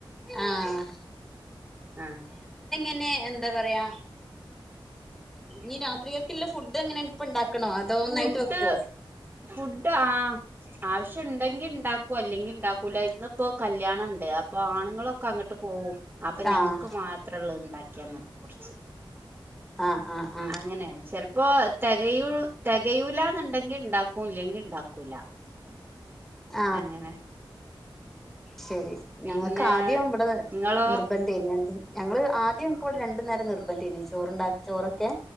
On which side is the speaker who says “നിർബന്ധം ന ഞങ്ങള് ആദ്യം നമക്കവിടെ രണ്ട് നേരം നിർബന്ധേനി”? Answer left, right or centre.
Centre